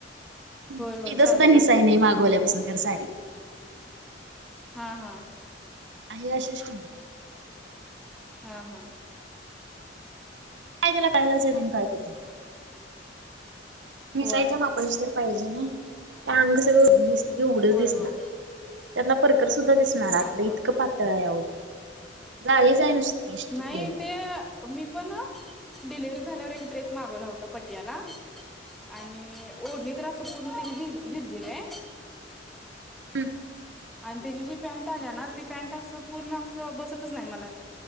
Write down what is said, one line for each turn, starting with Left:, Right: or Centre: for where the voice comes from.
Right: एकदा
Centre: होय होय चालतंय
Right: सुद्धा निसाय
Centre: की
Right: नाही मागवल्यापासून खर साडी
Centre: हा हा
Right: आहे अशीच ठेव.
Centre: हा हा
Right: का त्याला पहिलाचंण काय करू. नेसायच्या
Centre: होय
Right: मापाची तर पाहिजे ना ते अंग सगळं उघडच
Centre: होय
Right: दिसणार.
Centre: होय
Right: त्यातला परकर सुद्धा दिसणार
Centre: हा
Right: आतलं
Centre: हा
Right: इतकं पातळ या अवदी जाळीच आहे अशी नुसती
Centre: नाही
Right: प्लेन.
Centre: ते मी पण डिलिवरी झाल्यावर एक ड्रेस मागवला होता पटियाला आणि ओढणी तर असं पूर्ण झिरझिर आहे.
Right: हम्म
Centre: आणि त्याची जी पॅन्ट आली ना ती पँट असं पूर्ण असं बसतच नाही मला